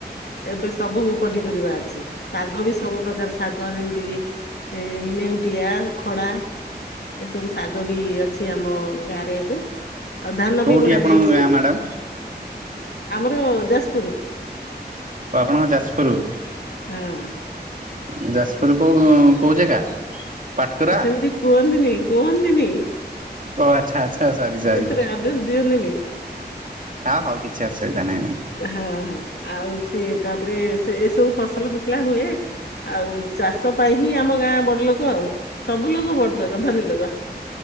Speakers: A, on the left; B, on the right.
A: ଏବେ ସବୁ ପନିପରିବା ଅଛି ଶାଗ ବି ସବୁ ପ୍ରକାର ଶ ଶାଗ ଯେମିତି ନେଉଟିଆ ଖଡା ଏସବୁ ଶ୍ ଶାଗ ବି ଅଛି ଆମ ଗାଁରେ ଏବେ। ଆଉ ଧାନ
B: କୋଉଠି
A: ବି ବୁଣା
B: ଆପଣଙ୍କ
A: ଯାଇଛି,
B: ଗାଁ ମ୍ୟାଡ଼ାମ?
A: ଆମର ଯାଜପୁର
B: ଆପଣଙ୍କ ଯାଜପୁର।
A: ହଁ
B: ଉଁ ଯାଜପୁର କୋଉ କୋଉ ଜାଗା? ପାଟକୁରା?
A: ସେମିତି କୁହନ୍ତିନି କୁହନ୍ତିନି
B: ଓ ଆଚ୍ଛା ଆଚ୍ଛା ସରି ସରି
A: ଏଥରେ ଆଡ୍। ଦସ୍ ଦିଅନ୍ତିନି।
B: ହ ହଉ କିଛି ଅସୁବିଧା ନାହିଁ ନାଇଁ।
A: ହଁ ହଁ ଆଉ ସିଏ ତାପରେ ସେ ଏ ସବୁ ଫସଲ ଫୁସଲା ହୁଏ। ଆଉ ଚାଷ ପାଇଁ ହିଁ ଆମ ଗାଁ ବଡ ଲୋକ। ଲୋକ ସବୁ ଲୋକ ବଡ ଲୋକ୍ ଧନୀ ଲୋକ।